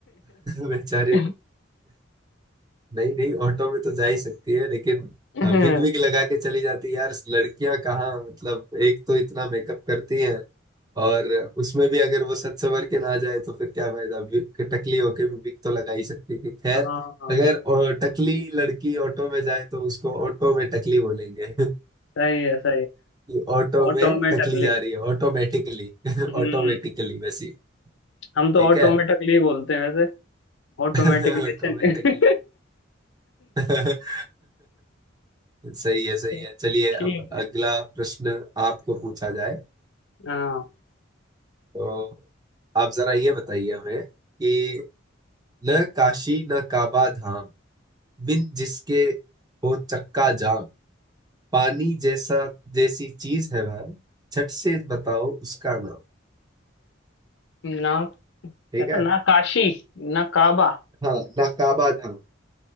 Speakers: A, on the right (about 20°); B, on the left (about 65°).
A: बेचारी
B: <laughs>
A: नहीं नहीं ऑटो में तो जा ही सकती है लेकिन
B: हाँ
A: विग विग लगा के चली जाती यार लड़कियां कहाँ मतलब एक तो इतना मेकअप करती हैं और उसमें भी अगर वो सच संवर के ना जाए तो फिर क्या फायदा विग टकली होके भी विग तो लगा ही सकती थी खैर
B: हाँ,
A: अगर अ, टकली लड़की ऑटो में जाए तो उसको ऑटो में टकली बोलेंगे
B: सही है सही है
A: कि ऑटो
B: ऑटो
A: में
B: में
A: टकली
B: टकली
A: जा रही है ऑटोमेटिकली <laughs>
B: हम्म
A: ऑटोमेटिकली वैसी
B: हम तो
A: ठीक
B: ऑटो
A: है
B: में टकली ही बोलते हैं वैसे ऑटोमेटिकली
A: <laughs> ऑटोमेटिकली
B: अच्छा नहीं।
A: <laughs> सही है सही
B: <laughs>
A: है चलिए
B: ठीक
A: अब
B: है
A: अगला प्रश्न आपको पूछा जाए
B: हाँ
A: तो आप जरा ये बताइए हमें कि न काशी न काबा धाम बिन जिसके हो चक्का जाम पानी जैसा जैसी चीज है वह झट से बताओ उसका नाम
B: ना
A: ठीक
B: कहता
A: है
B: ना काशी ना काबा
A: हाँ न काबा धाम